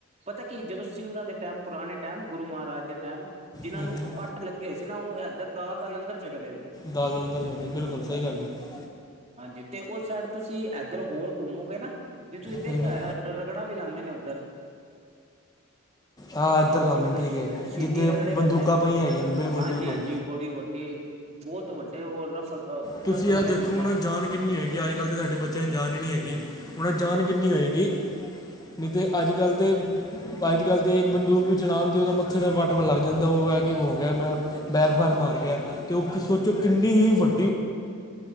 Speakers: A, on the right (about 30°); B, on the left (about 20°).
A: ਪਤਾ ਕੀ ਜਦੋਂ ਸਿੰਘਾਂ ਦੇ ਟਾਈਮ ਪੁਰਾਣੇ ਟਾਈਮ ਗੁਰੂ ਮਹਾਰਾਜ ਦੇ ਟਾਈਮ, ਜਿਹਨਾਂ
B: ਹੂੰ
A: ਨੂੰ
B: ਹੂੰ
A: ਫੱਟ ਲੱਗੇ ਸੀ ਨਾ, ਉਹ ਇਧਰ ਦਾਲ ਦਾ ਲੰਗਰ ਛਕਦੇ ਸੀ
B: ਦਾਲ ਦੇ ਲੰਗਰ ਚਲਦੇ, ਬਿਲਕੁਲ ਸਹੀ ਗੱਲ ਹੈ
A: ਹਾਂਜੀ ਤੇ ਉਸ ਸਾਈਡ ਤੁਸੀਂ ਇੱਧਰ ਹੋਰ ਘੁੰਮੋਗੇ ਨਾ, ਜਿੱਥੇ ਤੁਸੀਂ ਦੇਖਿਆ
B: ਹੂੰ ਹੂੰ
A: ਹੈਗਾ ਰਗੜਾ ਵੀ ਲਾਂਦੇ ਨੇ ਉੱਧਰ।
B: ਆ ਇੱਧਰ ਲਾਉਂਦੇ
A: ਸ਼
B: ਨੇ, ਠੀਕ
A: ਸ਼
B: ਹੈ
A: ਸ਼ਹੀਦੀ
B: ਜਿੱਦੇ
A: ਰਗੜੇ
B: ਬੰਦੂਕਾਂ
A: ਲੱਗਦੇ ਨੇ,
B: ਪਈਆਂ ਹੈਗੀਆਂ ਨੇ ਬਿਲਕੁਲ
A: ਹਾਂਜੀ
B: ਬਿਲਕੁਲ
A: ਹਾਂਜੀ ਬੜੀ ਵੱਡੀ ਬਹੁਤ ਵੱਡੇ ਔ ਰਫਲ
B: ਤੁਸੀਂ
A: ਰਫਲ
B: ਆ ਦੇਖੋ
A: ਕਹਿੰਦੇ
B: ਹੁਣ
A: ਸ਼ਾਇਦ
B: ਜਾਨ ਕਿੰਨੀ ਹੈਗੀ, ਅੱਜ ਕੱਲ੍ਹ ਤਾਂ ਸਾਡੇ ਬੱਚਿਆਂ ਚ ਜਾਨ ਹੀ ਨੀ ਹੈਗੀ ਹੁਣ ਜਾਨ ਕਿੰਨੀ ਹੋਏਗੀ, ਨਹੀਂ ਤੇ ਅੱਜ ਕੱਲ੍ਹ ਤੇ ਅੱਜ ਕੱਲ੍ਹ ਤਾਂ ਇੱਕ ਬੰਦੂਕ ਵੀ ਚਲਾਉਣ ਅਤੇ ਉਹਦਾ ਮੱਥੇ ਦਾ ਵੱਟ ਵ ਲੱਗ ਜਾਂਦਾ ਉਹ ਹੈ ਕਿ ਹੋ ਗਿਆ ਮੈਂ ਬੈਗਫਾਰਮ ਆ ਰਹੀ ਐ ਤੇ ਉਹ ਸੋਚੋ ਕਿੰਨੀ ਹੀ ਵੱ